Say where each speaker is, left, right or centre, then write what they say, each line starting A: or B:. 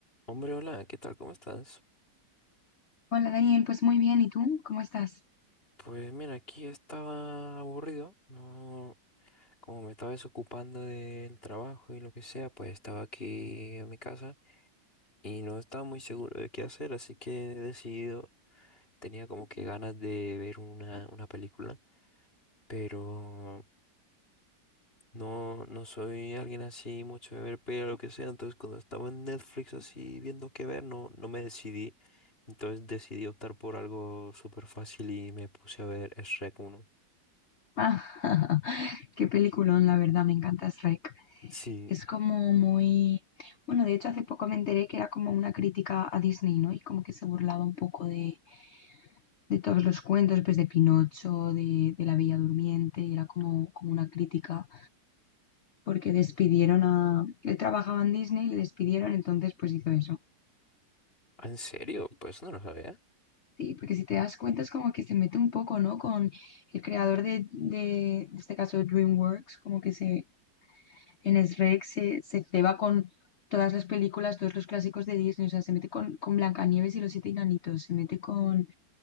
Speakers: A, on the left; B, on the left.
A: Hombre, hola, ¿qué tal? ¿Cómo estás?
B: Hola Daniel, pues muy bien, ¿y tú? ¿Cómo estás?
A: Pues mira, aquí estaba aburrido, no, como me estaba desocupando del trabajo y lo que sea, pues estaba aquí en mi casa y no estaba muy seguro de qué hacer, así que he decidido, tenía como que ganas de ver una, una película, pero no, no soy alguien así mucho de ver películas, lo que sea, entonces cuando estaba en Netflix así viendo qué ver, no, no me decidí, entonces decidí optar por algo súper fácil y me puse a ver Shrek uno.
B: Ah, <laughs> qué peliculón, la verdad, me encanta Shrek.
A: Sí,
B: Es como muy... Bueno, de hecho hace poco me enteré que era como una crítica a Disney, ¿no? Y como que se burlaba un poco de, de todos los cuentos, pues de Pinocho, de, de La Bella Durmiente, y era como, como una crítica porque despidieron a... Él trabajaba en Disney, le despidieron, entonces pues hizo eso.
A: ¿en serio? Pues no lo sabía.
B: Sí, porque si te das cuenta es como que se mete un poco, ¿no? Con el creador de, de, en este caso, DreamWorks, como que se, en Shrek se, se ceba con todas las películas, todos los clásicos de Disney, o sea, se mete con, con Blancanieves y los siete enanitos, se mete con,